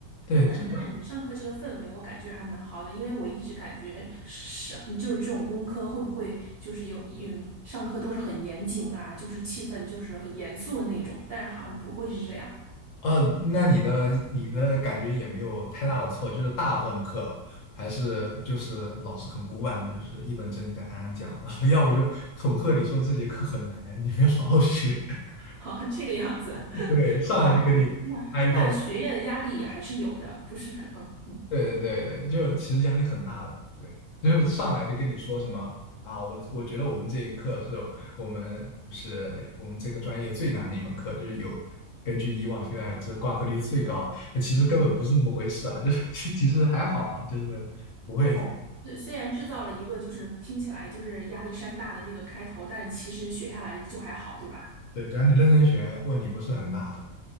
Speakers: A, on the left; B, on the right.
A: 对，
B: 那那你上课这个氛围，
A: 就
B: 我感觉还蛮好的，因为我一直感觉上就是这种工科会不会就是有嗯上课都是很严谨啊，就是气氛就是很严肃的那种，但是好像不会是这样。
A: 呃，那你的你的感觉也没有太大的错，就是大部分课还是就是老师很古板的，就是一本正经在台上讲，<laughs> 然后要不就恐吓你说这节课很难，你们要好好学，<laughs>
B: <laughs> 好，这个样子，<laughs>
A: 对，上来就给你开一炮。
B: 好好好，那那学业的压力也还是有的，不是？<laughs> 嗯嗯。
A: 对对对对，就其实压力很大的，对，就是上来就跟你说什么啊，我我觉得我们这一课是我们就是我们这个专业最难的一门课，就是有根据以往的 feedback，这挂科率最高的，那其实根本不是那么回事啊，就是 <laughs> 其实还好啊，就是不会，
B: 哦，虽虽然制造了一个就是听起来就是压力山大的那个开头，但其实学下来就还好，对吧？
A: 对，只要你认真学，问题不是很大的。